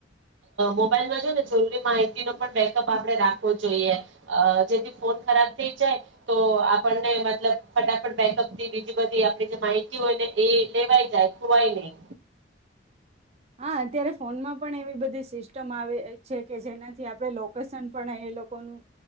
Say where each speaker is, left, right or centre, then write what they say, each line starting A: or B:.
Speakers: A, on the right; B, on the right.
A: મોબાઈલમાં જો ને જરૂરી માહિતીનો પણ બેકઅપ આપણે રાખવો જોઈએ જેથી ફોન ખરાબ થઈ જાય તો આપણને મતલબ ફટાફટ બેકઅપ બીજી બધી આપે જે માહિતી હોય ને એ લેવાય જાય ખવાય નહી
B: હા અત્યારે ફોનમાં પણ એવી બધી સિસ્ટમ આવે છે કે જેનાથી આપણે લોકેશન પણ એ લોકોનું